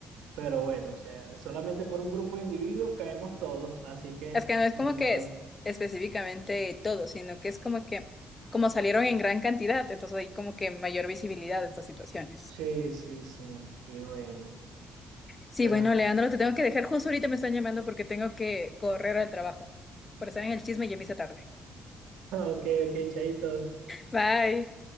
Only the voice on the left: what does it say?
Es que no es
como
que es específicamente todo, sino que es como que, como salieron en gran cantidad, entonces hay como que mayor visibilidad de estas situaciones.
Sí,
bueno, Leandro,
te tengo que dejar justo ahorita me están llamando porque tengo que correr al trabajo. Por estar en el chisme ya me hice tarde.
Bye.